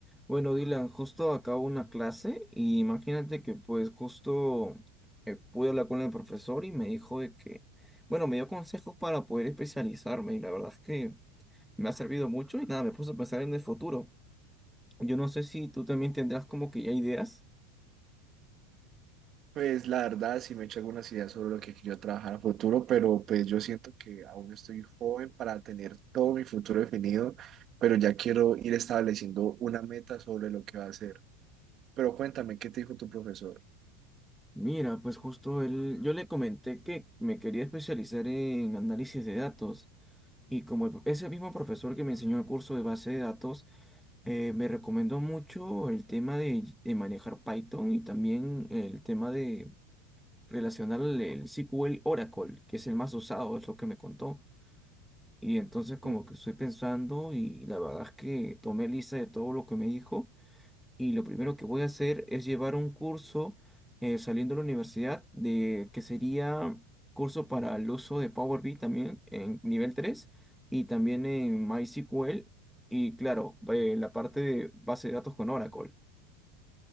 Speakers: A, in the centre; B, on the right.
A: Bueno, Dylan, justo acabo una clase y imagínate que pues justo eh, pude hablar con el profesor y me dijo de que, bueno, me dio consejos para poder especializarme y la verdad es que me ha servido mucho y nada, me puse a pensar en el futuro. Yo no sé si tú también tendrás como que ya ideas.
B: Pues la verdad sí me he hecho algunas ideas sobre lo que quiero trabajar a futuro, pero pues yo siento que aún estoy joven para tener todo mi futuro definido, pero ya quiero ir estableciendo una meta sobre lo que va a hacer. Pero cuéntame, ¿qué te dijo tu profesor?
A: Mira, pues justo él, yo le comenté que me quería especializar en análisis de datos y como el- es el mismo profesor que me enseñó el curso de base de datos, Eh, me recomendó mucho el tema de, de manejar Python y también el tema de relacionar el, el SQL Oracle, que es el más usado, es lo que me contó. Y entonces como
B: Mm,
A: que estoy pensando y la verdad es que tomé lista de todo lo que me dijo y lo primero que voy a hacer es llevar un curso eh, saliendo de la universidad de que sería curso para el uso de Power BI también en nivel 3 y también en MySQL y claro, eh, la parte de base de datos con Oracle.